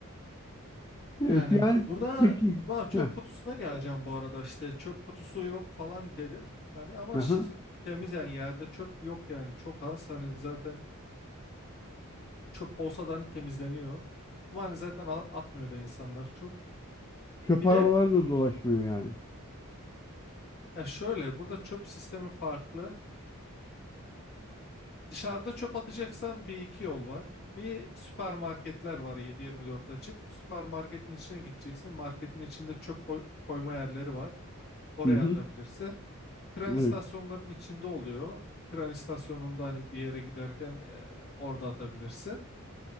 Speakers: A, on the left; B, on the left.
A: Evet
B: Yani
A: yani
B: burada
A: peki
B: va çöp
A: Heh,
B: kutusuna geleceğim bu arada işte çöp kutusu yok falan dedim. Hani ama
A: aha.
B: ş- temiz yani yerde çöp yok yani çok az. Hani zaten çöp olsa da hani temizleniyor. Ama hani zaten a- atmıyor da insanlar çok.
A: Çöp
B: Bir
A: arabaları
B: de
A: da dolaşmıyor yani.
B: ya şöyle burada çöp sistemi farklı. Dışarıda çöp atacaksan bir iki yol var. Bir süpermarketler var 7-24 açık. Süpermarketin içine gideceksin. Marketin içinde çöp koy- koyma yerleri var. Oraya
A: Hı hı.
B: atabilirsin. Tren
A: Evet.
B: istasyonlarının içinde oluyor. Tren istasyonunda hani bir yere giderken e, orada atabilirsin.